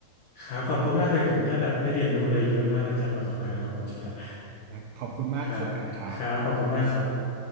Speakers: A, on the left; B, on the right.
A: ครับขอบคุณมากเลยผมได้แบบได้เรียนรู้อะไรเยอะมากเลยจากประสบการณ์ของคุณชดอะ
B: นะขอบคุณมากเช่นกันครับ
A: ครับครับขอบคุณมากครับ